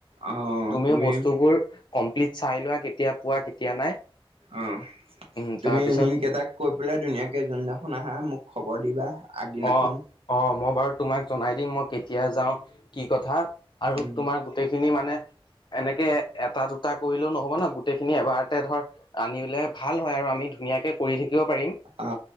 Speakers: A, on the right; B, on the left.
A: অ
B: তুমিও
A: তুমি
B: বস্তুবোৰ কমপ্লিট চাই লোৱা কেতিয়া পোৱা, কেতিয়া নাই।
A: অ',
B: উম
A: তুমি
B: তাৰপিছত
A: হিকেইটাক কৈ পেলাই ধুনীয়াকে যোনদিখন আহা মোক খবৰ দিবা। আগদিনাখন
B: অ', অ', মই বাৰু তোমাক জনাই দিম মই কেতিয়া যাওঁ, কি কথা। আৰু
A: উম
B: তোমাৰ গোটেইখিনি মানে এনেকে এটা, দুটা কৰিলেও নহব না, গোটেইখিনি এবাৰতে ধৰ আনিলে ভাল হয় আৰু আমি ধুই নীয়াকে কৰি থাকিব পাৰিম,
A: অ